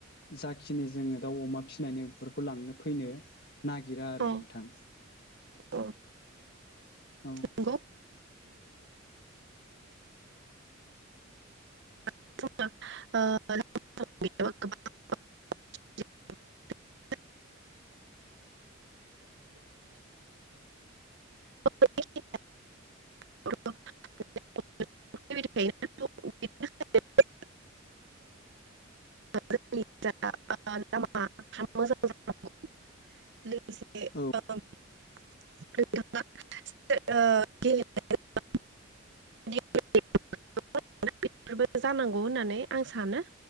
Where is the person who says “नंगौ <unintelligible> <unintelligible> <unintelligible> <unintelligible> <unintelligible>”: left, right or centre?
Right